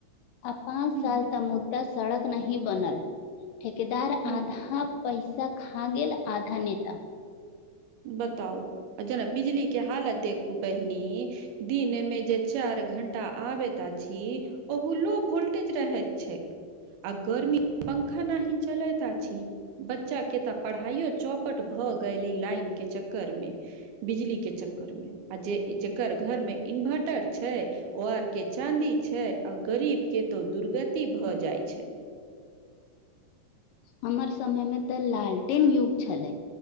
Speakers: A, on the left; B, on the right.
A: आ पाँंच
B: हूँ
A: साल तऽ मुद्दा सड़क नहीं बनल ठेकेदार
B: हूँ
A: आधा पैसा खा गेल आधा नेता
B: बताउ आ जेरा बिजली के हालत देखू बहिनी दिन मे जे चार घंटा आबैत छी ओह लोभ वोल्टेज रह छै आ गरमी पंखा न ही चलैत अछि छी बच्चा के तऽ पढ़ाइो चौपट भऽ गेल ई लाइन के चक्कर मे बिजली के चक्कर मे आ जे जेकर घर मे इन्वर्टर छै ओ आर के चाँदी छै आ गरीब केतौ दुर्गति भऽ जाइत छै
A: हमर समय में तऽ लालटेन युग छले